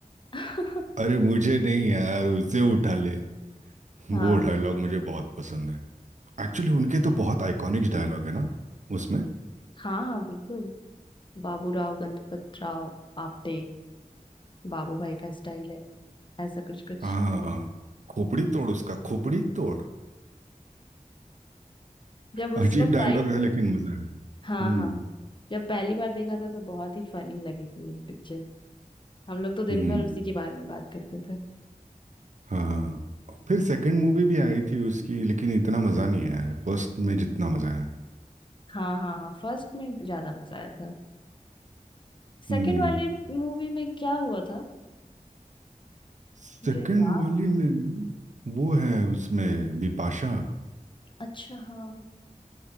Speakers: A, on the left; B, on the right.
A: <laughs>
B: अरे मुझे नहीं यार उसे उठा ले वो
A: हाँ
B: डायलॉग मुझे बहुत पसंद है एक्चुअली उनके तो बहुत आइकॉनिक डायलॉग है ना उसमें
A: हाँ हाँ बिल्कुल बाबूराव गणपत राव आपटे बाबू भाई का स्टाइल है ऐसा कुछ कुछ
B: हाँ खोपड़ी तोड़ उसका खोपड़ी तोड़
A: जब उस
B: अजीब
A: वक्त
B: डायलॉग
A: आई थी
B: था लेकिन मजा आया
A: हाँ
B: हम्म
A: हाँ जब पहली बार देखा था तो बहुत ही फनी लगी थी ये पिक्चर हम लोग तो दिन
B: हम्म
A: भर उसी के बारे में बात करते थे
B: हाँ फिर सेकंड मूवी भी आई थी उसकी लेकिन इतना मजा नहीं आया फर्स्ट में जितना मजा आया
A: हाँ हाँ हाँ फर्स्ट में ज्यादा मजा आया था सेकंड
B: हम्म
A: वाली मूवी में क्या हुआ था
B: सेकंड
A: मुझे याद
B: वाली में न, वो है उसमें बिपाशा
A: अच्छा हाँ